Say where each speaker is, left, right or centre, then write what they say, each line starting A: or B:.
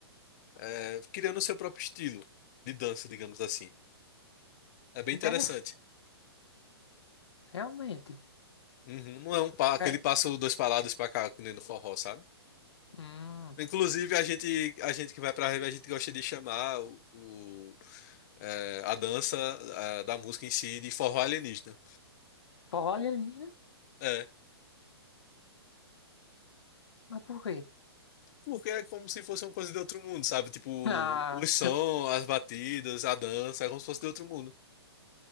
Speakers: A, on the left; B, on the left.
A: é, criando o seu próprio estilo de dança, digamos assim. É bem
B: Interessa?
A: interessante.
B: Realmente.
A: Uhum, não é um pa, aquele
B: É.
A: passo dois para lá, dois para cá, que nem no forró, sabe?
B: Hum.
A: Inclusive, a gente, a gente que vai pra rave, a gente gosta de chamar o, o, é, a dança é, da música em si de forró alienígena.
B: Forró alienígena?
A: É,
B: Mas por quê?
A: porque é como se fosse uma coisa de outro mundo, sabe? Tipo,
B: <laughs> Ah,
A: os sons, as batidas, a dança, é como se fosse de outro mundo.